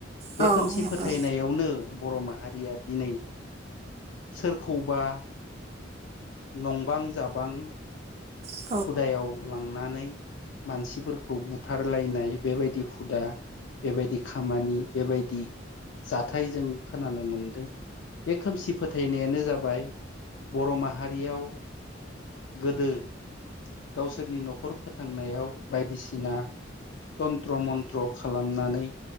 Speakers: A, on the right (about 35°); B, on the left (about 70°).
A: औ
B: बे खोमसि
A: नंगौ
B: फोथायनायावनो बर'मा हारिया दिनै सोरखौबा नंबां जाबां
A: औ
B: हुदायाव लांनानै मानसिफोरखौ बुथारलायनाय बेबायदि हुदा बेबायदि खामानि बेबायदि जाथाय जों खोनानो मोनदों बे खोमसि फोथायनायानो जाबाय बर' माहारियाव गोदो गावसोरनि न'खर फोथांनायाव बायदिसिना तन्त्र मन्त्र खालामनानै